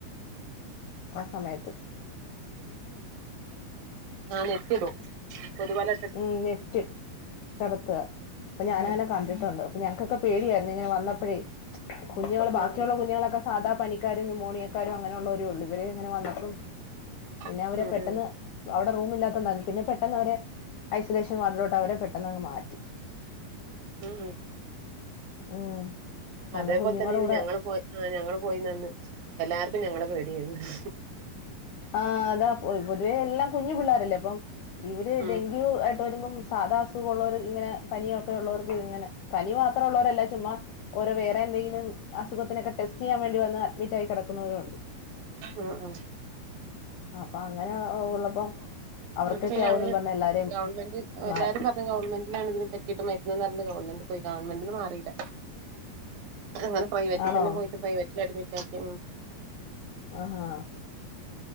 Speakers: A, on the left (about 80°); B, on the right (about 75°).
A: ആ സമയത്ത്.
B: ആ നെറ്റ് ഇടും. കൊതുവല
A: ഉം നെറ്റ് കടത്ത. അപ്പ ഞാനങ്ങനെ
B: ഉം
A: കണ്ട കണ്ടിട്ടുണ്ട്. അപ്പൊ ഞങ്ക്കൊക്കെ പേര് വര്നം. ഇങ്ങനെ വന്നപ്പഴെ കുഞ്ഞുങ്ങൾ ബാക്കിയുള്ള
B: ഉം
A: കുഞ്ഞുങ്ങളൊക്കെ സാധാ പനിക്കാരും ന്യൂമോണിയക്കാരും അങ്ങനെ ഉള്ളോരോ ഒള്ളു. ഇവര് ഇങ്ങനെ വന്നപ്പം പിന്നെ
B: ഉം
A: അവരെ
B: ഉം
A: പെട്ടെന്ന്
B: ഉം
A: അവിടെ റൂമില്ലാത്തോണ്ടാണ്. പിന്നെ പെട്ടെന്ന് അവരെ ഐസൊലേഷൻ വാർഡിലോട്ട് അവരെ പെട്ടെന്നങ്ങ് മാറ്റി.
B: ഉം
A: ഉം കാരണം
B: അതേപോലെത്തന്നേണ്.
A: കുഞ്ഞുങ്ങളുടെ കൂടെ
B: ഞങ്ങള് പോയി ആ ഞങ്ങള് പോയിന്നന്ന്. എല്ലാർക്കും ഞങ്ങളെ പേടിയേരുന്ന്.
A: ആഹ് അതാ പൊതുവെ എല്ലാം കുഞ്ഞി പിള്ളേരല്ലെ അപ്പം. ഇവര്
B: ഉം
A: ഡെങ്ക്യു ആയിട്ട് വരുമ്പം സാധാ അസുഖള്ളോർ ഇങ്ങനെ. പനിയൊക്കെ ഉള്ളോർക്ക് ഇങ്ങനെ. പനി മാത്രം ഉള്ളോരല്ല ചുമ്മാ ഓരോ വേറെ എന്തെങ്കിലും അസുഖത്തിനൊക്കെ ടെസ്റ്റെയ്യാൻ വേണ്ടി വന്ന് അഡ്മിറ്റായി കെടക്കുന്നവരും ഉണ്ട്.
B: അഹ് ആഹ്.
A: അപ്പം അങ്ങനെ ഓ ഉള്ളപ്പം.
B: ഇന്നട്ട്
A: അവർക്കൊക്കെ
B: പിന്നെ
A: ആവുമെന്നും
B: അന്ന്
A: പറഞ്ഞ് എല്ലാരെയും
B: ഗവൺമെന്റ് എല്ലാരും
A: മാറ്റി
B: പറഞ് ഗവൺമെന്റിലാണ് ഇതിന് പ കിട്ടും മരുന്ന്ന്ന് പറഞ്ഞ് ഗവൺമെന്റ് പോയി. ഗവൺമെന്റ് ന്ന് മാറീല്ല അങ്ങനെ പ്രൈവറ്റിൽത്തന്നെ
A: ആണോ
B: പോയിട്ട് പ്രൈവറ്റില് അഡ്മിറ്റ് ആക്കി ഉം.
A: ആഹാ